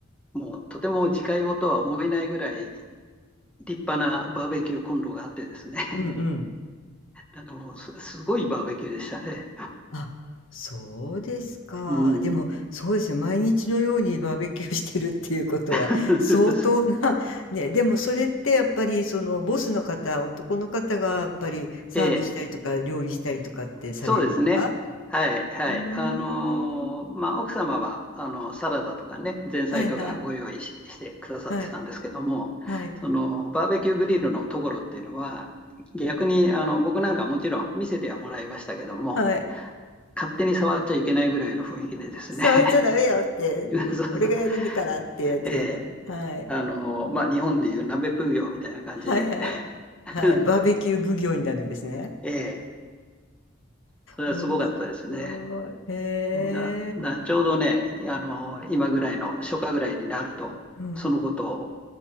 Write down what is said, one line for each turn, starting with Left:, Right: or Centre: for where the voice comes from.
Centre: もうとても自家用とは思えないぐらい立派なバーベキューコンロがあってですね
Left: うんうん。
Centre: あのすすごいバーベキューでしたね。
Left: あ、そうですか。
Centre: <laughs> ううん、
Left: でも、そうですね、毎日のようにバーベキューしてるっていうことは、
Centre: <laughs>
Left: 相当な、ね、でもそれってやっぱり、その、ボスの方、男の方がやっぱりサーブしたりとか、
Centre: ええ、
Left: 料理したりとかってされるのか
Centre: そうですね。はいはい。
Left: うーん、
Centre: あのーまあ、奥様はあのサラダとかね、前菜とかご用意し、
Left: はいはい、
Centre: してくださってたんですけども、
Left: はい、はい。
Centre: そのバーベキューグリルのところっていうのは、逆にあの僕なんかもちろん見せてはもらいましたけども、
Left: はい。
Centre: 勝手に触っちゃいけないぐらいの雰囲気でですね、
Left: 触っちゃダメよって、
Centre: <laughs> そうそう、
Left: 俺がやるんだからっていうやつでね。
Centre: ええ
Left: はい。
Centre: あのーまあ、日本でいう鍋奉行みたいな感じで、
Left: はいはい。
Centre: <laughs>
Left: はい。バーベキュー奉行になるんですね。
Centre: ええそれはすごかったですね。
Left: 面白い。へえ。
Centre: だ、だちょうどね、あの、今ぐらいの初夏ぐらいになると、
Left: うん。
Centre: そのことを